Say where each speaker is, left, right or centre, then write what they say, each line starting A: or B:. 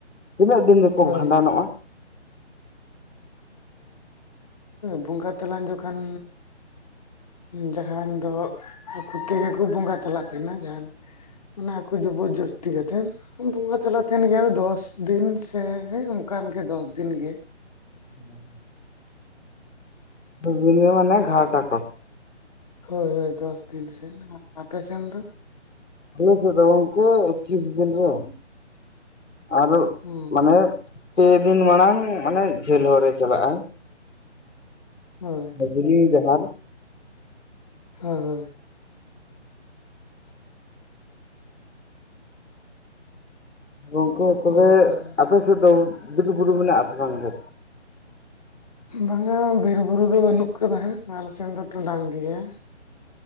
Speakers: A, on the left; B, on the left.
A: ᱛᱤᱱᱟᱹᱜ ᱫᱤᱱ ᱨᱮᱠᱚ
B: ᱦᱳᱭ
A: ᱵᱷᱟᱸᱰᱟᱱᱚᱜ-ᱟ?
B: <inaudible> ᱵᱚᱸᱜᱟ ᱛᱟᱞᱟᱝ ᱡᱚᱠᱷᱟᱱ ᱡᱟᱦᱟᱸᱱ ᱫᱚ ᱟᱠᱩ ᱛᱮᱜᱮ ᱠᱩ ᱵᱚᱸᱜᱟ ᱛᱟᱞᱟᱜ ᱛᱟᱦᱮᱸᱱᱟ ᱡᱟᱦᱟᱸᱱ ᱚᱱᱟ ᱟᱠᱚ ᱡᱚᱵᱚᱨ ᱡᱚᱥᱛᱤ ᱠᱟᱛᱮᱫ, ᱵᱚᱸᱜᱟ ᱪᱟᱞᱟᱜ ᱛᱟᱦᱮᱸᱱ ᱜᱮᱭᱟ ᱫᱚᱥ ᱫᱤᱱ ᱥᱮ ᱚᱝᱠᱟᱱ ᱜᱮ ᱫᱚᱥ ᱫᱤᱱ ᱜᱮ᱾
A: ᱦᱩᱸ᱾ ᱫᱚᱥ ᱫᱤᱱ ᱨᱮ ᱢᱟᱱᱮ ᱜᱷᱟᱴ
B: ᱟᱨ
A: ᱟᱠᱚ᱾
B: ᱦᱳᱭ ᱦᱳᱭ ᱫᱚᱥ ᱫᱤᱱ ᱥᱮᱱ, ᱟᱯᱮ ᱥᱮᱱ ᱫᱚ?
A: ᱟᱞᱮ ᱥᱮᱫ ᱫᱚ ᱜᱚᱝᱠᱮ ᱮᱠᱠᱤᱥ ᱫᱤᱱ ᱨᱮ, ᱟᱫᱚ
B: ᱦᱳᱭ
A: ᱢᱟᱱᱮ ᱯᱮ ᱫᱤᱱ ᱢᱟᱲᱟᱝ ᱢᱟᱱᱮ ᱡᱷᱟᱹᱞ ᱦᱚᱨᱮ ᱪᱟᱞᱟᱜᱼᱟ,
B: ᱦᱳᱭ᱾
A: ᱢᱟᱹᱡᱷᱟᱹᱞᱤ ᱡᱟᱦᱟᱸᱱ
B: ᱦᱚᱭ ᱦᱚᱭ᱾
A: ᱜᱚᱝᱠᱮ ᱛᱚᱵᱮ
B: ᱟᱞᱮ ᱥᱮᱱ
A: ᱟᱯᱮ ᱥᱮᱫ ᱫᱚ ᱵᱤᱨ ᱵᱩᱨᱩ ᱢᱮᱱᱟᱜ-ᱟ ᱥᱮ ᱵᱟᱝ ᱜᱮ?
B: ᱵᱟᱝᱟ ᱵᱤᱨ ᱵᱩᱨᱩ ᱫᱚ ᱵᱟᱹᱱᱩᱜ ᱠᱟᱫᱟ ᱦᱟᱸᱜ, ᱟᱞᱮ ᱥᱮᱱ ᱫᱚ ᱴᱚᱰᱟᱝ ᱜᱮᱭᱟ᱾